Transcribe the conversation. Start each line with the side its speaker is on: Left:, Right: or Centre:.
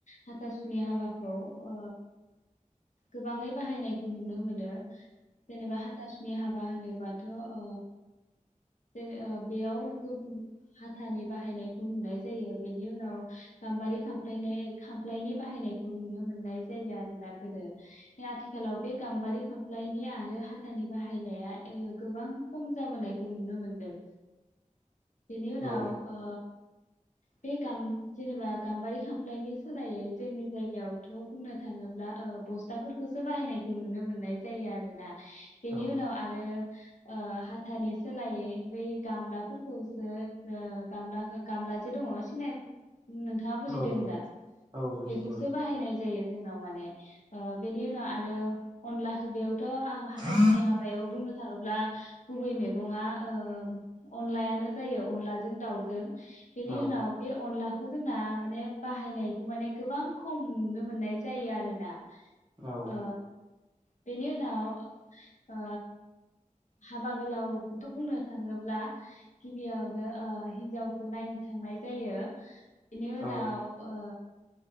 Left: हाथासुनि हाबाखौ ओ गोबाङै बाहायनायखौ नुनो मोनो। जेनेबा हाथासुनि हा बा होनोबाथ ओ जेने ओ बेयाव हाथानि बाहायनायखौ नुनाय जायो बेनि उनाव गाम्बारि खफ्लायनाय खामफ्लायनि बाहायनायखौ नुनो मोननाय जायो आरोना गोदो आथिखालाव बे गाम्बारि खामफ्लायनि आरो हाथानि बाहायनाया ओ गोबां खम जाबोनायखौ नुनो मोनदों। बेनि उनाव
Right: औ
Left: ओ। बे गाम जेनेबा गाम्बारि खामफ्लायनि सोलायै जोंनि जायगायावथ बुंनो थाङोब्ला ओ बस्थाफोरखौसो बाहायनायखौ नुनो मोननाय जायो आरोना। बेनि
Right: औ
Left: उनाव आरो। ओ हाथानि सोलायै बै गामलाफोरखौसो गामला हो गामलाजे दङ सिनाय नोंथाङा बुजिदों
Right: औ
Left: दा
Right: औ बुजिदों
Left: बेखौसो बाहायनाय जायो। जोंनाव माने ओ बेनि उनाव आरो अनला बेयाव थ' ओ हाथासुनि
Right: औ
Left: हाबायाव बुंनो थाङो ब्ला गुबै मैगङा ओ अनलायानो जायो अनलाजों दाउजों। बेनि
Right: औ
Left: उनाव बे अनलाखौ जोंना माने बाहायनायखौ माने गोबां खम नुनो मोननाय जायो आरोना।
Right: औ
Left: ओ बेनि उनाव ओ हाबा गोलावखौथ बुंनो थाङोब्ला गिबियावनो खौ नायनो थांनाय जायो। बिनि उनाव
Right: औ
Left: ओ।